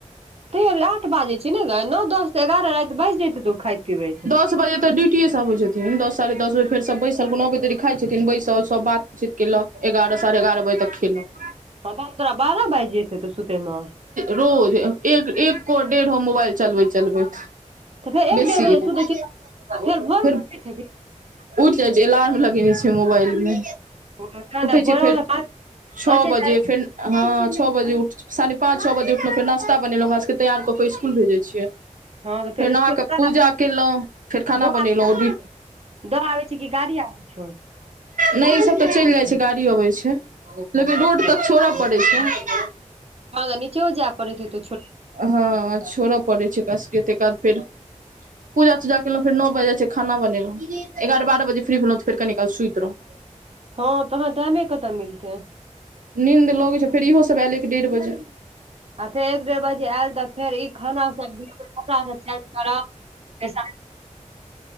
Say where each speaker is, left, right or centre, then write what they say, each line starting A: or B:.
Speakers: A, on the right; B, on the right.
A: तैयो आठ बाजै छी ने ग नओ दस तऽ एगारह राति बाजि जेतै तू खाइत पिबैत
B: दस बजे तऽ डूटीएसब अबै छथिन दस साढ़े दस बजे फेर सब बैसल कोनो अबैतऽ देरी खा छथिन बैसल सब बातचीत केलक एगारह साढ़े एगारह बजे तक खेलक
A: हँ तहन तोरा बारह बाज जाइत हेतौ सुतेमे
B: रोज एक एक को डेढ़ हो मोबाईल चलबैत चलबैत
A: तऽ फेर
B: बेसीय
A: एक डेढ़ बजे
B: फेर
A: सुतै छी आ भोर मे उठैत
B: उठि जाइ छै अलार्म लगेने छै मोबाइल मे
A: हेबही तहन
B: उठै
A: भोरे
B: छै फेर
A: मे तऽ पाँच
B: छ
A: पाँचे
B: बजे
A: चारि
B: फेर हँ छओ बज उठ साढ़े पाँच छओ बजे उठलहुँ फेर नाशता बनेलहुँ ओरका सबके तैयार कऽ कऽ स्कूल भेजै छियै
A: हँ तऽ
B: फेर नहाकऽ
A: स्कूल दऽ
B: पूजा
A: आबै
B: केलहुँ फेर खाना
A: दऽ
B: बनेलहुँ भी
A: दऽ आबै छ की गाड़ी आबै छौ
B: नहि ई सब तऽ चलि जाइत छै गाड़ी अबैत छै लेकिन रोड तक छोड़ऽ पड़ैत छै
A: ह नीचा जाय पड़ै त छ
B: हँ छोड़ा पड़ै छै ओकरा सब के अते काल फेर पूजा तूजा केलौं फेर नौ बाइज जाइत छै खाना बनेलहुँ एगार बारह बजे फिरी भेलहुँ तऽ फे काल सुइत रहौ
A: हँ तहाँ टाईमे कतऽ मिलतै
B: नीन्द लगै छै फेर इहो सभ आयल एक डेढ़ बजे
A: आ फेर एक डेढ़ बजे आयल तऽ फेर ई खाना सब दि बच्चाभ चेज करब फ